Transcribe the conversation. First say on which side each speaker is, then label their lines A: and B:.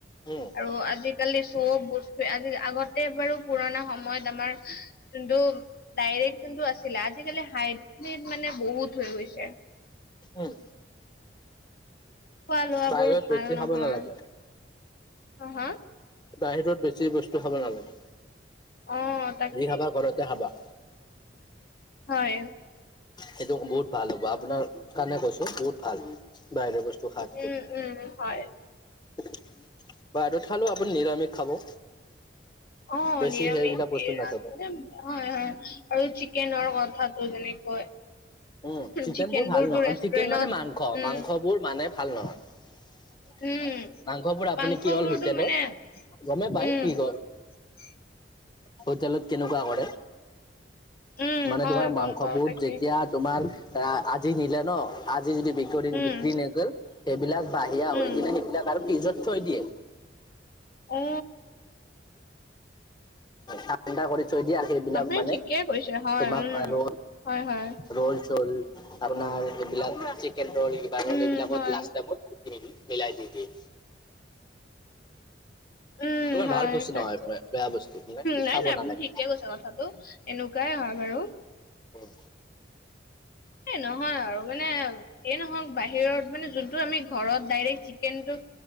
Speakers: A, on the left; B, on the left.
A: উম
B: আৰু আজি আজিকালি চব বস্তু আজি আগতে বাৰু পুৰণা সময়ত আমাৰ যোনটো ডাইৰেক্ট যোনটো আছিলে, আজিকালি হাইব্ৰিড মানে বহুত হৈ গৈছে
A: উম।
B: খোৱা লোৱা
A: বাহিৰত
B: বোৰ ভাল
A: বেছি
B: নহয়।
A: খাব নালাগে
B: হা হা
A: বাহিৰত বেছি বস্তু খাব নালাগে,
B: অ তাকে
A: যি খাবা ঘৰতে খাবা।
B: হয়।
A: সেইটো বহুত ভাল হ'ব আপোনাৰ কাৰণে কৈছো বহুত ভাল। বাহিৰা বস্তু খাৱাতকৈ।
B: উম উম হয়
A: বাহিৰত খালেও আপুনি নিৰামিষ খাব।
B: অঁ,
A: বেছি
B: নিৰামিষ
A: সেইবিলাক বস্তু
B: এই
A: নাখাব
B: আ মানে হয় হয়, আৰু চিকেনৰ গোন্ধটো যেনেকৈ
A: উম চিকেনবোৰ
B: চিকেন
A: ভাল
B: বোৰতো
A: নহয়,
B: ৰেষ্টুৰেন্টত
A: চিকেন মানে মাংস
B: উম
A: মাংস বোৰ মানে ভাল নহয়।
B: উম,
A: মাংস পৰা
B: মাংসবোৰতো
A: আপুনি কি হ'ল হোটেলত
B: মানে
A: গমেই পাই
B: উম,
A: কিহৰ
B: <unintelligible>
A: হোটেলত কেনেকুৱা কৰে
B: উম,
A: মানে
B: হয়
A: তোমাৰ
B: গম
A: মাংস
B: পাও
A: বোৰ
B: তাকে
A: যেতিয়া, তোমাৰ আজি নিলে ন আজি যদি বিক
B: উম,
A: বিক্ৰী ন গল সেইবিলাক বাহিৰা
B: উম,
A: হৈ কিনে সেইবিলাক আৰু ফ্ৰীজত থৈ দিয়ে।
B: অঁ।
A: ঠাণ্ডা কৰি থৈ দিয়ে। সেইবিলাক
B: আপুনি
A: মানে,
B: ঠিকে কৈছে হয়
A: তোমাক
B: উম,
A: আৰু
B: হয়, হয়,
A: ৰোল চোল আপোনাৰ এইবিলাক চিকেন ৰল কিবা ৰল
B: উম,
A: এইবিলাকত
B: হয়,
A: লাষ্ট টাইমত, মিলাই দি দিয়ে।
B: উম,
A: ইমান
B: হয়,
A: ভাল বস্তু
B: তাকে
A: নহয় বেয়া বস্তু। মানে
B: নাই
A: খাব
B: নাই আপুনি
A: নালাগে
B: ঠিকে কৈছে কথাটো এনেকুৱাই হয় বাৰু।
A: উম।
B: এ নহয় আৰু মানে যি নহওঁক বাহিৰত মানে যোন টো আমি ঘৰত ডাইৰেক্ট চিকেনটো